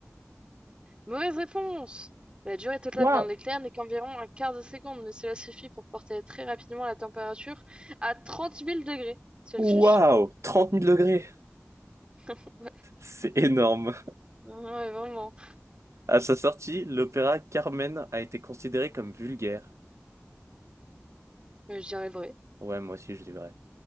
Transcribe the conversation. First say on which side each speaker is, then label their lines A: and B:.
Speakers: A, on the right; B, on the right.
A: Mauvaise réponse! La durée totale
B: Waouh!
A: d'un éclair n'est qu'environ un quart de seconde, mais cela suffit pour porter très rapidement la température à trente mille degrés Celsius.
B: Waouh! trente mille degrés!
A: <laughs>
B: C'est énorme!
A: Ouais, ouais, vraiment.
B: À sa sortie, l'opéra Carmen a été considéré comme vulgaire.
A: Euh, je dirais vrai.
B: Ouais, moi aussi je dis vrai.